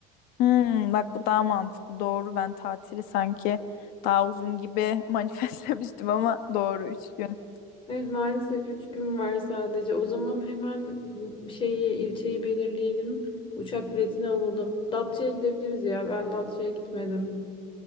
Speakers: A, on the left (about 65°); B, on the left (about 35°).
A: Hmm, bak bu daha mantıklı. Doğru ben tatili sanki daha uzun gibi <laughs> manifestlemiştim ama doğru üç gün.
B: Evet maalesef üç gün var sadece. O zaman hemen şeyi ilçeyi belirleyelim. Uçak biletini alalım. Datça'ya gidebiliriz ya. Ben Datça'ya gitmedim.